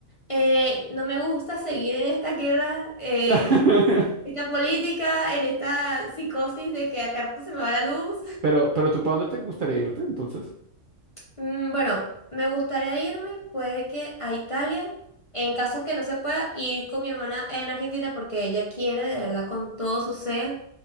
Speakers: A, on the left (about 35°); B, on the right (about 55°).
A: eh, no me gusta seguir en esta guerra, eh,
B: <laughs>
A: esta política, en esta psicosis de que a carta se me va la luz.
B: Pero, pero ¿tú para dónde te gustaría irte entonces?
A: Mm, Bueno, me gustaría irme, puede que a Italia, en caso que no se pueda ir con mi hermana en Argentina porque ella quiere de verdad con todo su ser